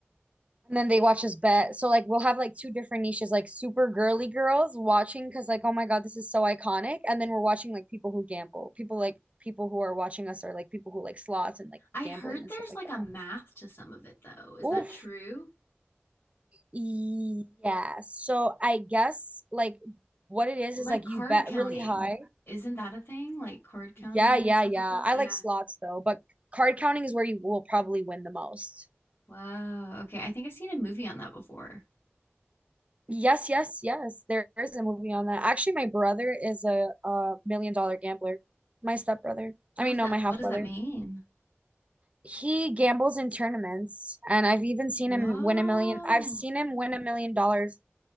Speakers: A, on the right; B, on the left.
A: And then they watch us bet. So like we'll have like two different niches, like super girly girls watching because like oh my God, this is so iconic. And then we're watching like people who gamble, people like people who are watching us are like people who like slots and like
B: I
A: gambling
B: heard
A: and
B: there's
A: stuff like
B: like
A: that.
B: a math to some of it though. Is that
A: Oof.
B: true?
A: Yeah. So I guess like what it is
B: Like
A: is like
B: card
A: you bet
B: counting.
A: really high
B: Isn't that a thing? Like card counting
A: Yeah, yeah,
B: and stuff
A: yeah.
B: like that?
A: I
B: Yeah.
A: like slots though, but card counting is where you will probably win the most.
B: Wow. Okay. I think I've seen a movie on that before.
A: Yes, yes, yes. There is a movie on that. Actually, my brother is a, a million dollar gambler. My stepbrother.
B: What
A: I
B: does
A: mean, no,
B: that
A: my half
B: what does
A: brother.
B: that mean?
A: He gambles in tournaments, and I've even seen
B: Whoa.
A: him win a million. I've seen him win a million dollars